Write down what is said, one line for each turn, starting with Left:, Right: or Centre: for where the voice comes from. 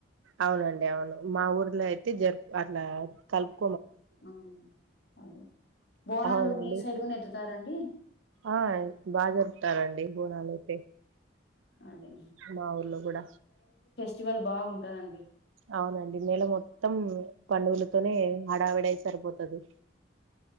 Right: అవునండ్ మా ఊర్లో అయితే జరుపు అట్లా కల్పో
Left: అ అదే బోనాలు
Right: అవునండి
Left: మీ సైడ్ గన ఎత త అండీ
Right: ఆ బాగా జరుపుతారండి బోనాలుయితే
Left: అదే
Right: మా ఊర్లో కూడా
Left: చువల్ బాగుంటదండి
Right: అవునండి నెల మొత్తం పండుగలతోనే హడావిడై సరిపోతుది